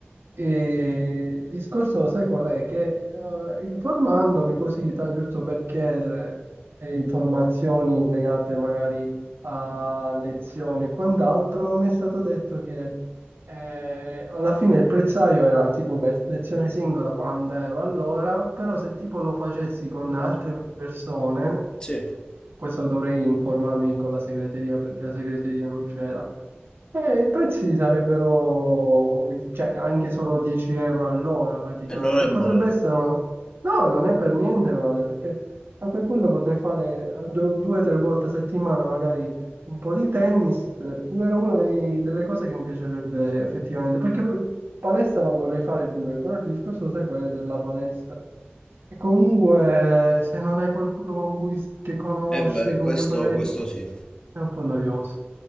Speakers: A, on the right; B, on the left.
A: E il discorso, sai qual è? Che eh, informandomi così, tan- giusto per chiedere eh, informazioni legate magari a lezioni e quant'altro, mi è stato detto che eh, alla fine il prezzaio era tipo per lezione singola 40 euro all'ora, però se tipo lo facessi con altre persone,
B: sì,
A: questo dovrei informarmi con la segreteria perché la segreteria non c'era. Eh, I prezzi sarebbero, cioè, anche solo 10 euro all'ora praticamente.
B: e non è
A: Potrebbe
B: male.
A: essere, no, non è per niente male, perché a quel punto potrei fare du- due o tre volte a settimana magari un po' di tennis. Era una dei- delle cose che mi piacerebbe effettivamente, perché palestra la vorrei fare pure, però il discorso, sai, quello della palestra. E comunque, se non hai qualcuno con cui, che conosci,
B: E beh,
A: con
B: questo,
A: cui magari
B: questo sì.
A: è un po' noioso.